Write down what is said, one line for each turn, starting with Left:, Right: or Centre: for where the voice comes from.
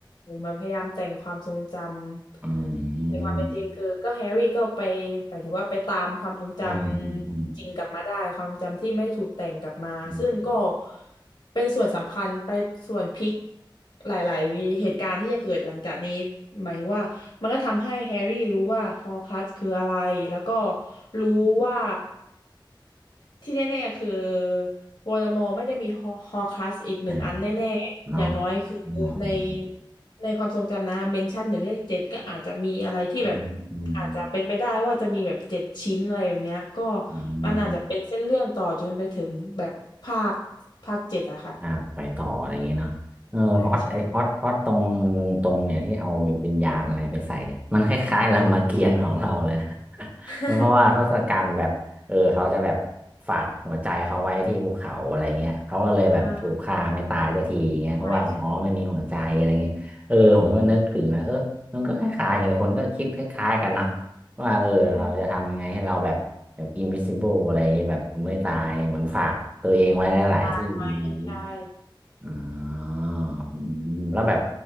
Left: มาพยายามแต่งความทรงจ
Right: อื
Left: ำแต่ความเป็นจริงคือก็แฮร์รี่ก็ไป
Right: ม
Left: หมายถึงว่าไปตามความทรงจำจริงๆกลับมาได้ความจำที่ไม่ได้ถูกแต่งกลับมาซึ่งก็
Right: อืมอืม อืม
Left: เป็นส่วนสำคัญไปส่วนพลิกหลายๆเหตุการณ์ที่จะเกิดหลังจากนี้หมายถึงว่ามันก็ทำให้แฮร์รี่รู้ว่าฮอร์ครักซ์คืออะไรแล้วก็รู้ว่า ที่แน่ๆคือวอลมอไม่ได้มีฮอฮอคลัสอีกหนึ่งอันแน่ๆอย่างน้อยคือใน
Right: อ่าเนาะอืม
Left: ในความทรงจำนะเมนชั่นหนึ่งเลขเจ็ดก็อาจจะมีอะไรที่แบบ
Right: อืมอืม
Left: อาจจะเป็นไปได้ว่าจะมีแบบเจ็ดชิ้นอะไรแบบเนี้ยก็
Right: อืมอืม
Left: มันอาจจะเป็นเส้นเรื่องต่อจนไปถึงแบบภาคภาคเจ็ดอะค่ะ
Right: อ่าไปต่ออะไรอย่างเงี้ยเนาะเออพล็อตไอพล็อตพล็อตตรง
Left: ใช่ใช่
Right: ตรงเนี่ยที่เอาวิญญาณอะไรไปใส่เนี่ยมันคล้ายๆ <laughs> รามเกียรติ์ของเราเลยนะ <laughs>
Left: <laughs>
Right: เพราะว่าทศกัณฐ์แบบเออเขาจะแบบฝากหัวใจเขาไว้ที่ภูเขาอะไรเงี้ยเขาก็เลยแบบถูกฆ่าไม่ตายสักทีอย่างเงี้ยเพราะว่าอ๋อไม่มีหัวใจอะไรเงี้ยเออผมก็นึกถึงนะเออมันก็คล้ายๆกันเลยคนก็คิดคล้ายๆกันเนาะ
Left: อ่าใช่ใช่ค่ะอืมอืม
Right: ว่าเออเราจะทำยังไงให้เราแบบแบบ
Left: อืม
Right: invisible อะไรอย่างเงี้ยแบบไม่ตายเหมือนฝากตัวเองไว้หลายๆที่อะไรอย่างงี้
Left: วิญญาณไว้ใช่
Right: อ่าอืมแล้วแบบ